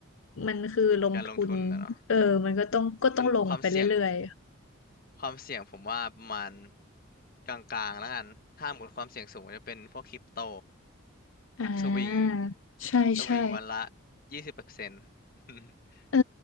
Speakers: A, on the left; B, on the left.
A: มันคือลงทุน
B: การลงทุนนะเนาะ
A: เออมันก็ต้องก็ต้องลงไปเรื่อย
B: มันความเสี่ยงความเสี่ยงผมว่าประมาณกลางๆแล้วกันถ้าหมดความเสี่ยงสูงจะเป็นพวกคริปโต
A: ๆอ่า
B: สวิง
A: ใช่ใช่
B: สวิงวันละยี่สิบเปอร์เซ็นต์ <laughs>
A: เออ